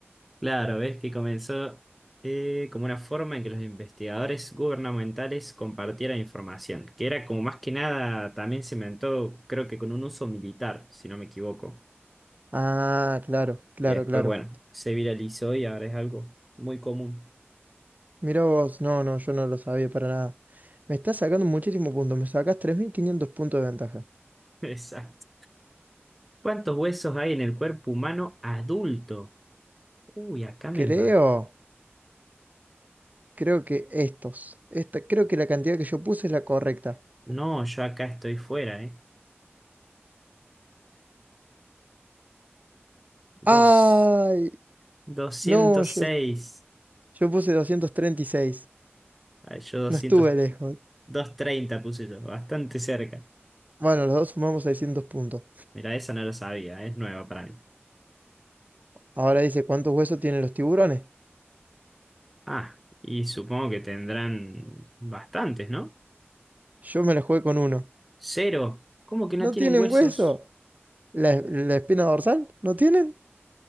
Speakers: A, in the centre; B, on the right.
A: Claro, ves que comenzó eh, como una forma en que los investigadores gubernamentales compartieran información, que era como más que nada, también se inventó, creo que con un uso militar, si no me equivoco.
B: Ah, claro, claro,
A: Y después,
B: claro.
A: bueno, se viralizó y ahora es algo muy común.
B: Mira vos, no, no, yo no lo sabía para nada. Me estás sacando muchísimos puntos, me sacas 3.500 puntos de ventaja.
A: <laughs> Exacto. ¿Cuántos huesos hay en el cuerpo humano adulto? Uy, acá me
B: Creo,
A: mató.
B: creo que estos, esta, creo que la cantidad que yo puse es la correcta.
A: No, yo acá estoy fuera, ¿eh?
B: Ay,
A: Dos, 206.
B: no, yo, yo puse 236.
A: Ay, yo 200,
B: No estuve lejos.
A: treinta puse yo, bastante cerca.
B: Bueno, los dos sumamos 600 puntos.
A: Mira, esa no lo sabía, es nueva para mí.
B: Ahora dice, ¿cuántos huesos tienen los tiburones?
A: Ah, y supongo que tendrán bastantes, ¿no?
B: Yo me la jugué con uno.
A: Cero. ¿Cómo que no
B: ¿No
A: tienen
B: tienen
A: huesos?
B: hueso? ¿La, la espina dorsal? ¿No tienen?